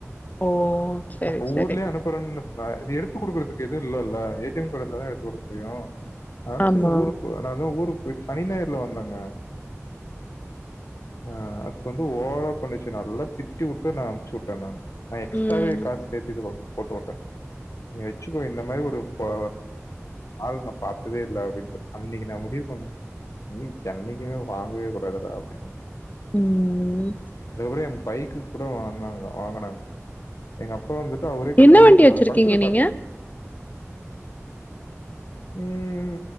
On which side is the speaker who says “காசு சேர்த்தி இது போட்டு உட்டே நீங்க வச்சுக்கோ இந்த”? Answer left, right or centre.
Left